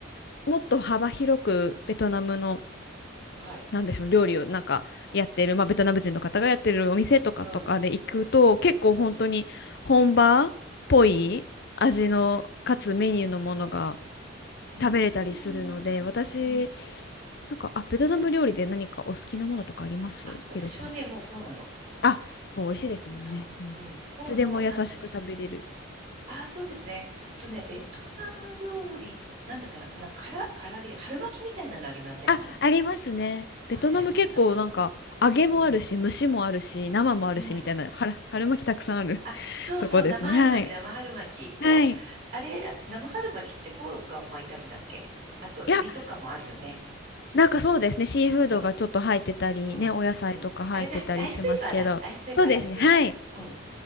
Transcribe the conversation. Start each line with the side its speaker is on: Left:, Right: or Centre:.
Left: もっと幅広くベトナムの
Right: はい。
Left: なんでしょう、料理をなんかやってる、まあ、ベトナム人の方がやってるお店とかとかで行くと、
Right: うん、うん、うん、
Left: 結構本当に本場っぽい味の、
Right: うん、うん。
Left: かつメニューのものが
Right: うーん、
Left: 食べれたりするので、私、
Right: うん。
Left: なんか、あ、ベトナム料理で何かお好きなものとかありますひろこさん。
Right: あ、私はね、もうフォーなの。
Left: あ、そう美味しいですもんね。
Right: そう。
Left: もういつでも優しく食べれる。
Right: うん。フォーの、なんていうんですか。ああ、そうですね。あとね、ベトナム料理、なんだかな、な、から、唐揚げ、春巻きみたいなのありません
Left: あ、ありますね。ベトナム結構なんか、
Right: あ私、本当に。
Left: 揚げもあるし、
Right: うん、
Left: 蒸しもあるし、生もあるし、
Right: うん。
Left: みたいな、はら春巻きたくさんある
Right: あ、
Left: <laughs>
Right: そうそう、
Left: とこですね。
Right: 生春巻き、
Left: はい。
Right: 生春巻き。そう。
Left: はい。
Right: あれ、生春巻きってフォーが巻いてあるんだっけあと、
Left: いや、
Right: エビとかもあるよね。
Left: なんかそうですね。シーフードがちょっと入ってたり、
Right: うん、うん、
Left: ね、お野菜とか入ってたりしますけど。
Right: うん。ああれだ、ライスペーパーだ。ライスペーパー、
Left: そうですね。
Right: ライスペーパー。
Left: はい。
Right: うん。